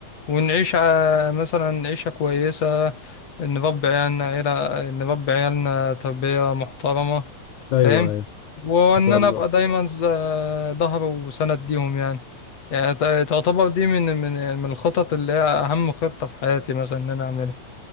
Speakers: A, on the left; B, on the left.
A: ونعيش ع- مثلا عيشة كويسة نربي عيالنا عيلة نربي عيالنا تربية محترمة
B: ايوه
A: فاهم
B: ايوه
A: وان
B: ما شاء
A: انا
B: الله
A: ابقى دايما ز- ظهر وسند ليهم يعني يعني ت- تعتبر دي من من من الخطط اللي هي اهم خطة في حياتي مثلا ان انا اعملها